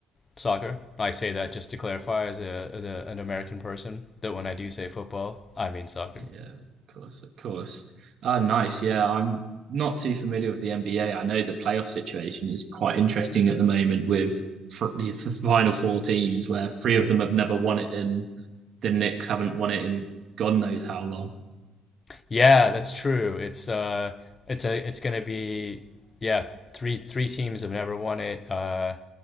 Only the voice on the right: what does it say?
Yeah, of course, of course. Ah, nice. Yeah, I'm not too familiar with the NBA. I know the playoff situation is quite interesting at the moment with fr- the the final four teams, where three of them have never won it, and the Knicks haven't won it in God knows how long.